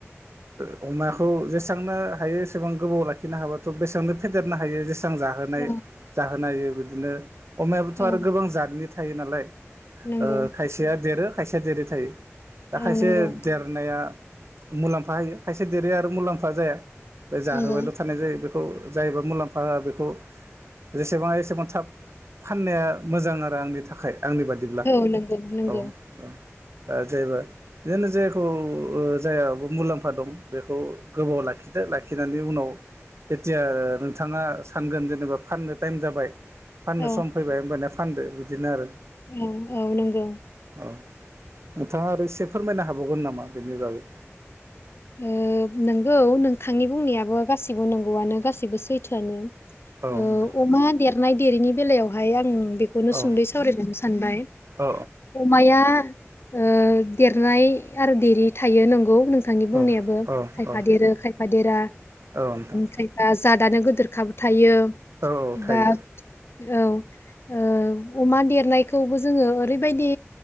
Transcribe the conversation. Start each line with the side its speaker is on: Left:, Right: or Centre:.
Right: ओ अमाखौ जेसेनो हायो एसेबां गोबाव लाखिनो हाबाथ' बेसेबांनो फेदेरनो हायो जे सां जाहोनाय
Left: औ
Right: जाहोनायो बिदिनो अमायाबोथ'
Left: औ
Right: आरो गोबां जातनि थायो नालाय
Left: नंगौ
Right: ओ खायसेया देरो खायसेया देरि थायो दा
Left: औ
Right: खायसे
Left: नंगौ
Right: देरनाया मुलाम्फा होयो खायसे देरो आरो मुलाम्फा जाया बे जाहोबायल'
Left: नंगौ
Right: थानाय जायो बे खौ जायबा मुलाम्फा होआ बेखौ जेसेबां एसेबां थाब फाननाया मोजां आरो आंनि थाखाय आंनि बादिब्ला
Left: औ नंगौ नंगौ
Right: औ औ जायबो बिदिनो जायखौ जायो मुलाम्फा दं बेखौ गोबाव लाखिदो लाखिनानै उनाव जेथिया नोंथाङा सानगोन जेनेबा फाननो टाइम जाबाय फाननो
Left: औ
Right: सम फैबाय होनबाना फानदो बिदिनो आरो
Left: औ औ नंगौ
Right: औ नोंथाङा आरो एसे फोरमायनो हाबावगोन नामा बेनि बागै
Left: ओ नोंगौ नोंथांनि बुंनायाबो गासिबो नंगौआनो गासिबो सैथोआनो
Right: औ
Left: ओ
Right: नोंथां
Left: अमा देरनाय देरैनि बेलायावहाय आं बेखौनो
Right: औ
Left: सुंदै सावरायलांनो सानबाय
Right: औ
Left: अमाया ओ देरनाय आरो देरि थायो नंगौ नोंथांनि बुंनायाबो
Right: औ औ
Left: खायफा देरो खायफा देरा
Right: औ नोंथां
Left: खायफा जादानो गोदोरखाबो थायो
Right: औ थायो
Left: बा औ ओ अमा देरनायखौबो जोङो ओरैबायदि